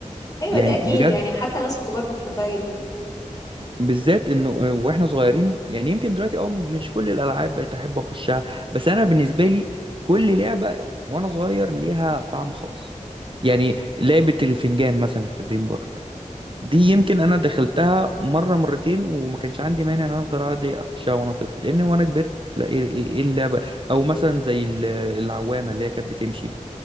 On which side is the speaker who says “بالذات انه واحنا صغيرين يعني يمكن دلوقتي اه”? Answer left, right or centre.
Right